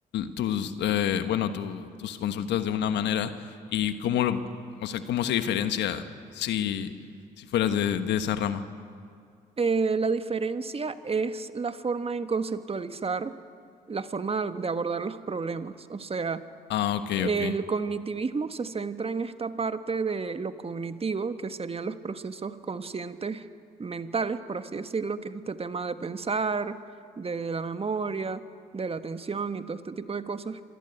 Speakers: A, on the left; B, on the right.
A: tus, eh, bueno, tu- tus consultas de una manera y cómo, lo- o sea, cómo se diferencia si, si fueras de, de esa rama.
B: Eh, la diferencia es la forma en conceptualizar, la forma de abordar los problemas. O sea,
A: Ah, ok,
B: El
A: ok.
B: cognitivismo se centra en esta parte de lo cognitivo, que serían los procesos conscientes mentales, por así decirlo, que es este tema de pensar, de la memoria, de la atención y todo este tipo de cosas